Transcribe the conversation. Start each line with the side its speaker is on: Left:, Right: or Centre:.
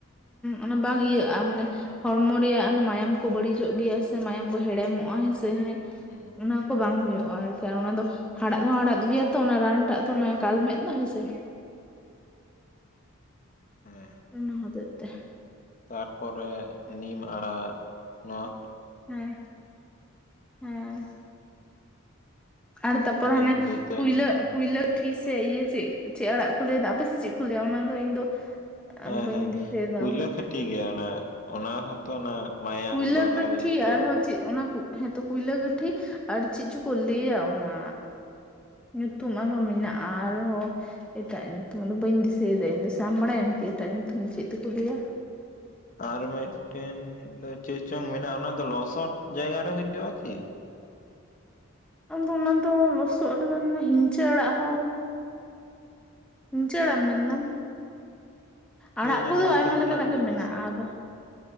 Centre: ᱚᱱᱟ ᱵᱟᱝ ᱤᱭᱟᱹᱜᱼᱟ ᱢᱟᱱᱮ ᱦᱚᱲᱢᱚ ᱨᱮᱭᱟᱜ ᱢᱟᱭᱟᱢ ᱠᱚ ᱵᱟᱹᱲᱤᱡᱚᱜ ᱜᱮᱭᱟ ᱥᱮ ᱢᱟᱭᱟᱢ ᱠᱚ ᱦᱮᱲᱮᱢᱚᱜᱼᱟ ᱦᱮᱸ ᱥᱮ ᱦᱮᱸ
Left: ᱦᱩᱸ
Centre: ᱚᱱᱟ ᱠᱚ ᱵᱟᱝ ᱦᱩᱭᱩᱜᱼᱟ ᱟᱨᱠᱤ ᱚᱱᱟ ᱫᱚ ᱦᱟᱲᱦᱟᱫ ᱦᱚᱸ ᱦᱟᱲᱦᱟᱫ ᱜᱮᱭᱟ ᱛᱚ ᱚᱱᱟ ᱨᱟᱱᱴᱟᱜ ᱫᱚ ᱚᱱᱟ ᱠᱟᱞᱢᱮᱫ ᱫᱚ ᱦᱮᱸᱥᱮ᱾
Left: ᱦᱮᱸ
Centre: ᱚᱱᱟ ᱦᱚᱛᱮᱡ ᱛᱮ᱾
Left: ᱛᱟᱨᱯᱚᱨᱮ ᱱᱤᱢ ᱟᱲᱟᱜ ᱱᱚᱣᱟ
Centre: ᱦᱮᱸ ᱦᱮᱸ ᱟᱨ ᱛᱟᱯᱚᱨ
Left: ᱱᱤᱢ
Centre: ᱦᱟᱱᱮ
Left: ᱫᱟᱹᱛᱟᱹᱱᱤ
Centre: ᱠᱩᱭᱞᱟᱹ ᱠᱩᱭᱞᱟᱹ ᱠᱷᱟᱴᱤ ᱥᱮ ᱤᱭᱟᱹ ᱪᱮᱫ ᱪᱮᱫ ᱟᱲᱟᱜ ᱠᱚ ᱞᱟᱹᱭᱟ ᱟᱯᱮ ᱥᱮᱫ ᱪᱮᱫ ᱠᱚ ᱞᱟᱹᱭᱟ ᱚᱱᱟ ᱫᱚ ᱤᱧ ᱫᱚ
Left: ᱦᱮᱸ
Centre: ᱵᱟᱹᱧ
Left: ᱦᱮᱸ
Centre: ᱫᱤᱥᱟᱹᱭᱮᱫᱟ
Left: ᱠᱩᱭᱞᱟᱹ
Centre: ᱚᱱᱟ
Left: ᱠᱷᱟᱴᱤ ᱜᱮ ᱚᱱᱮ ᱚᱱᱟ ᱦᱚᱸᱛᱚ ᱚᱱᱟ ᱢᱟᱭᱟᱝ
Centre: ᱠᱩᱭᱞᱟᱹ
Left: ᱵᱟᱲᱦᱟᱣ
Centre: ᱠᱟᱹᱴᱷᱤ
Left: ᱞᱟᱹᱜᱤᱫ ᱠᱚ
Centre: ᱟᱨᱦᱚᱸ ᱪᱮᱫ ᱚᱱᱟ ᱠᱚ ᱦᱮᱸᱛᱚ ᱠᱩᱭᱞᱟᱹ ᱠᱟᱴᱷᱤ ᱟᱨ ᱪᱮᱫ ᱪᱚᱠᱚ ᱞᱟᱹᱭᱟ ᱚᱱᱟ ᱧᱩᱛᱩᱢ ᱟᱨᱦᱚᱸ ᱢᱮᱱᱟᱜᱼᱟ ᱟᱨᱦᱚᱸ ᱮᱴᱟᱜ ᱧᱩᱛᱩᱢ ᱵᱟᱹᱧ ᱫᱤᱥᱟᱹᱭᱮᱫᱟ ᱤᱧ ᱫᱚ ᱥᱮᱢ ᱵᱟᱲᱟᱭᱟᱢ ᱠᱤ ᱮᱴᱟᱜ ᱧᱩᱛᱩᱢ ᱪᱮᱫ ᱛᱮᱠᱚ ᱞᱟᱹᱭᱟ᱾
Left: ᱟᱨ ᱢᱤᱫᱴᱮᱱ ᱫᱚ ᱪᱮᱫᱪᱚᱝ ᱢᱮᱱᱟᱜᱼᱟ ᱚᱱᱟ ᱫᱚ ᱞᱚᱥᱚᱫ ᱡᱟᱭᱜᱟ ᱨᱮ ᱦᱩᱭᱩᱜᱼᱟ ᱠᱤ?
Centre: ᱟᱫᱚ ᱚᱱᱟ ᱫᱚ ᱞᱚᱥᱚᱫ ᱨᱮᱫᱚ ᱦᱤᱧᱪᱟᱹ ᱟᱲᱟᱜ ᱦᱚᱸ᱾ ᱦᱤᱧᱪᱟᱹ ᱟᱲᱟᱜ ᱢᱮᱱ ᱫᱟᱢ᱾
Left: ᱠᱮ
Centre: ᱟᱲᱟᱜ
Left: ᱡᱟᱹᱱᱤ
Centre: ᱠᱚᱫᱚ
Left: ᱧᱩᱛᱩᱢ
Centre: ᱟᱭᱢᱟ ᱞᱮᱠᱟᱱᱟᱜ
Left: ᱨᱮᱱᱟᱜ
Centre: ᱜᱮ
Left: ᱵᱟᱹᱧ
Centre: ᱢᱮᱱᱟᱜᱼᱟ
Left: ᱫᱤᱥᱟᱹᱭᱮᱫᱟ
Centre: ᱟᱫᱚ